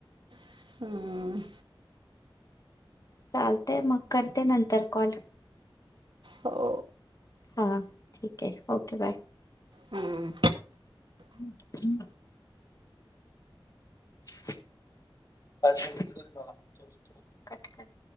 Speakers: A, on the right; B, on the left.
A: ह अ अ.
B: चालते मग करते नंतर कॉल.
A: हो
B: हा ठीक! आहे ओके बाय.
A: हम्म.
B: हम हम <unintelligible> पाच मिनिटं <unintelligible> कट कर.